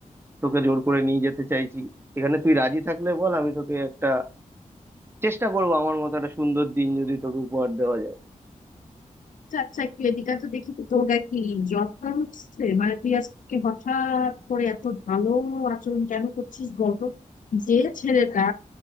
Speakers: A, on the right; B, on the left.
A: তোকে জোর করে নিয়ে যেতে চাইছি এখানে তুই রাজি থাকলে বল আমি তোকে একটা চেষ্টা করবো আমার মতো একটা সুন্দর দিন যদি তোকে উপহার দেওয়া যায়
B: আচ্ছা আচ্ছা একটু এদিকে তো দেখি তো তোর গায়ে কি জব হচ্ছে মানে তুই আজকে হঠাৎ করে এত ভালো আচরণ কেন করছিস বলতো যে ছেলেটা